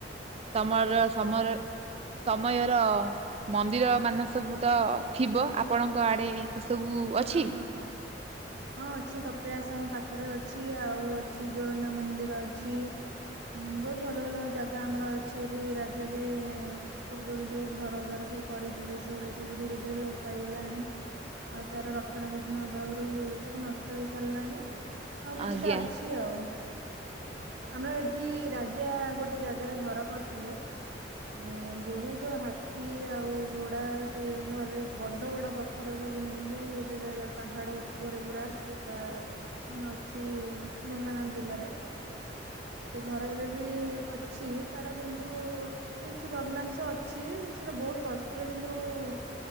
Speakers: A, on the right (about 35°); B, on the right (about 65°).
A: ତମର ସମର ସମୟର ମନ୍ଦିରମାନ ସବୁ ତ ଥିବ ଆପଣଙ୍କ ଆଡେ ସେ ସବୁ ଅଛି
B: ହଁ ହଁ ହଁ। ହଁ ଅଛି କପିଳାସ ଆମ ପାଖରେ ଅଛି ଆଉ ଅଛି ଜୋରନ୍ଦା ମନ୍ଦିର ଅଛି। ହଁ ବହୁତ ଭଲ ଭଲ ଜାଗା ଆମର ଅଛି ଏଠି ରାଜା ବି ପୂର୍ବରୁ ଯୋଉ ଘର ଦ୍ୱାର ସବୁ କରିଥିଲେ ସେଗୁଡା ସବୁ ଧୀରେ ଧୀରେ ଲୋପ ପାଇଗଲାଣି। ଆଉ ତାର ରକ୍ଷଣା ବେକ୍ଷଣ ଅଭାବରୁ ସବୁ ନଷ୍ଟ ହେଇ ସାରିଲାଣି ଆଉ କିଛିଟା
A: ଆଜ୍ଞା
B: ଅଛି। ଛି ଆଉ ଆମର ଏଠି ରାଜା ଗୋଟେ ଜାଗାରେ ଘର କରିଥିଲେ। ଏ ବହୁତ ହାତୀ ଆଉ ଘୋଡା ସେ ଘରେ ବଡ ବଡ ପଥର ସବୁ ନେଇ ଗୋଟେ ଜାଗା ପାହାଡ ଉପରେ ପୁରା ସେଟା ଅଛି ଢେଙ୍କାନାଳ ଜିଲ୍ଲାରେ। ସେ ଘରେ ଏବେ ବି ଅଛି ତାର କିନ୍ତୁ କିଛି ଭଗ୍ନାଂଶ ଅଛି ସେଟା ବହୁତ କଷ୍ଟରେ କିନ୍ତୁ ଉ